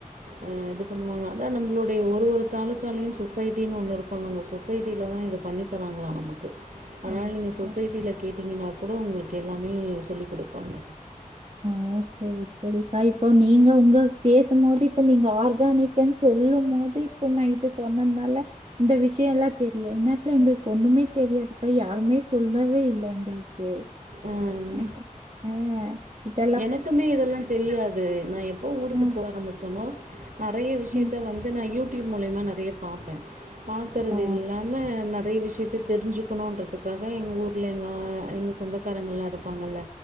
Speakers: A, on the right; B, on the right.
A: அ இது பண்ணுவாங்களா அதா நம்லோடைய ஒரு ஒரு தாலுக்காலேயு சொசைட்டின் ஒன்னு இருக்குலங்க சொசைட்டிலதா இந்த பண்ணிதராங்களா நம்முளுக்கு அதனாலே
B: ஓ!
A: நீங்க சொசைட்டியில
B: ஓ!
A: கேட்டிங்கன்னா கூட உங்குளுக்கு எல்லாமே சொல்லி் குடுப்பாங்க
B: ஓ சரி சேரிக்கா இப்போ நீங்க உங்கள் பேசும் போது இப்ப நீங்க ஆர்கானிக்கன் சொல்லும் போதே இப்போ நைட்டு சொன்னதுனால இந்த விஷயோல்லா தெரியு இந்நேரத்துல எங்குளுக் ஒண்ணுமே தெரியாதுக்கா யாருமே சொல்லவே இல்ல எங்களுக்கு
A: ஆ ம்
B: அத ஆ இத்த
A: எனக்குமே இதெல்லா தெரியாது நா எப்போ ஊருக்கு
B: அ,
A: போக ஆரம்பிச்சனோ நெறைய விஷ்யத்த
B: அ.
A: வந்து நா யூடியூப் மூலியமா நெறைய பாப்பே பாக்குறது
B: ஓ!
A: இல்லாம நெறைய விஷ்யத்த தெரிஞ்சுக்கணுன்றதுக்காக எங்க ஊர்ல எங்கா எங்க சொந்தகாரங்கள்லா இருப்பாங்கல்ல